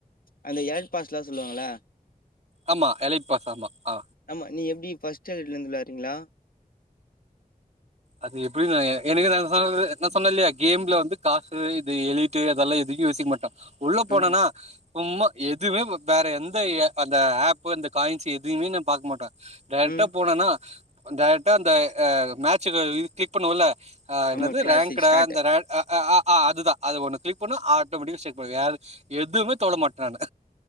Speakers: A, on the left; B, on the right.
A: அந்த எலைக்ட் பாஸ்லா சொல்லுவாங்களா
B: ஆமா எலைக்ட பாஸ் ஆமா ஆ
A: ஆமா நீ எப்டி ஃபஸ்ட் எலேக்ட்லருந்து விளாட்றீங்ளா
B: அது எப்டி நா எ எனக்கு நா சொன்ன நா சொன்னல்லையா கேம்ல வந்து காசு இது எலிட் டு அதெல்லா எதையு யோசிக்க மாட்டே உள்ள போனனா
A: ம்
B: சும்மா எதுவுமே வேற எந்த அந்த ஆப்பு அந்த காயின்ஸ் எதுவுமே நா பாக்க மாட்டே டேரெக்டா
A: ம்
B: போனேனா டைரெக்டா அந்த அ அ மேட்சுல இத் கிளிக் பண்ணுவோல ஆ என்னது
A: ஆமா கிளாசிக்
B: ரெங்குடா
A: ஸ்டார்ட்
B: இந்த ரெ அ அ அ அ அதுதா அது ஒண்ணு கிளிக் பண்ணா ஆட்டோமேட்டிக்கா செட் பண்ண ஆனு எதுவுமே தொட மாட்டே நானு